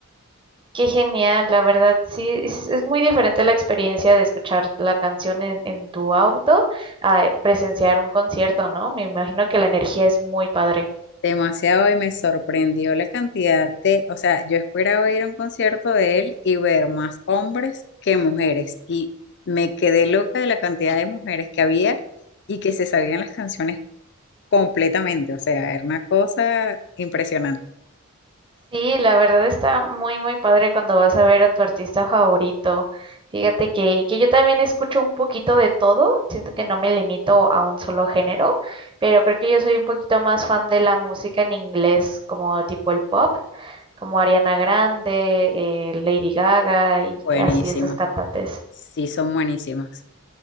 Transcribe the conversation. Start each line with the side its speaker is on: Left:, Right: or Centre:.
Right: Qué genial, la verdad. Sí, es, es muy diferente la experiencia de escuchar la canción en, en tu auto a presenciar un concierto, ¿no? Me imagino que la energía es muy padre.
Left: Demasiado y me sorprendió la cantidad de, o sea, yo esperaba ir a un concierto de él y ver más hombres que mujeres y me quedé loca de la cantidad de mujeres que había y que se sabían las canciones completamente, o sea, era una cosa impresionante.
Right: Sí, la verdad está muy, muy padre cuando vas a ver a tu artista favorito. Fíjate que, que yo también escucho un poquito de todo, siento que no me limito a un solo género, pero creo que yo soy un poquito más fan de la música en inglés, como tipo el pop, como Ariana Grande, eh, Lady Gaga y
Left: Buenísimo,
Right: que así esas cantantes.
Left: sí son buenísimos.